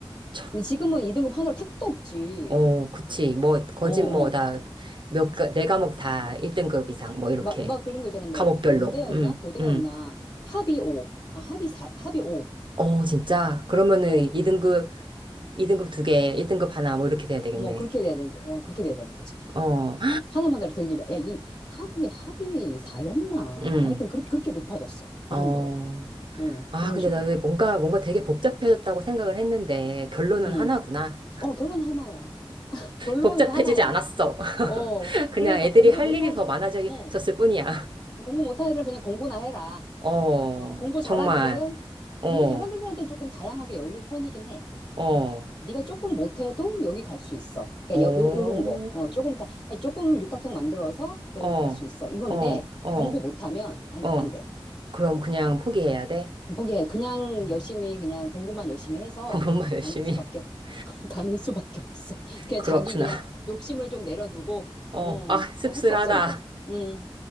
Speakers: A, on the right (about 55°); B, on the left (about 45°).
A: 참,
B: 근데 지금은 2등급 하나로 택도 없지.
A: 어, 그치. 뭐, 거짓뭐,
B: 어어.
A: 다, 몇, 가- 네 과목 다 1등급 이상, 뭐, 이렇게.
B: 막, 막 그런 거 있잖아. 뭐,
A: 과목별로.
B: 연대였나?
A: 음,
B: 고대였나?
A: 음.
B: 합이 5. 아, 합이 4, 합이 5.
A: 어, 진짜? 그러면은
B: 어,
A: 2등급, 2등급 두 개, 1등급 하나, 뭐, 이렇게 돼야 되겠네.
B: 뭐, 그렇게 돼야 되는, 어, 그렇게 돼야 되는 거지.
A: 어,
B: 하나만 잘 될 일이야. 야, 이 합이, 합이 4였나?
A: 음,
B: 뭐, 하여튼, 그렇게, 그렇게 높아졌어. 그
A: 어.
B: 정도로. 어,
A: 아,
B: 그런
A: 근데
B: 식으로.
A: 나 왜 뭔가, 뭔가 되게 복잡해졌다고 생각을 했는데, 결론은
B: 음.
A: 하나구나.
B: 어, 결론 하나야. <laughs> 결론은
A: 복잡해지지
B: 하나야.
A: 않았어.
B: 어,
A: <laughs> 그냥
B: 그러니까
A: 애들이
B: 공부
A: 할
B: 못한,
A: 일이 더 많아졌을
B: 어,
A: 뿐이야.
B: 공부 못한 애들은 그냥 공부나 해라.
A: 어,
B: 어, 공부 잘한
A: 정말.
B: 애들은,
A: 어.
B: 공부 잘한 애들한테는 조금 다양하게 열린 편이긴 해.
A: 어,
B: 네가 조금 못해도 여기 갈 수 있어. 그러니까
A: 어,
B: 요, 요, 요런 거. 어, 조금 다, 아니, 조금 육각형 만들어서 너
A: 어,
B: 여기 갈 수 있어. 이건데
A: 어, 어,
B: 공부 못하면 안,
A: 어.
B: 안 돼.
A: 그럼 그냥 포기해야 돼?
B: 포기해. 그냥
A: 그
B: 열심히 그냥 공부만 열심히 해서
A: 공부만 열심히.
B: 가는 수밖에 없-
A: <laughs>
B: <laughs> 가는 수밖에 없어. 그냥
A: 그렇구나.
B: 자기 그냥 욕심을 좀 내려두고
A: 어,
B: 어,
A: 아,
B: 그러니까
A: 씁쓸하다.
B: 할 수 없어 그거. 음.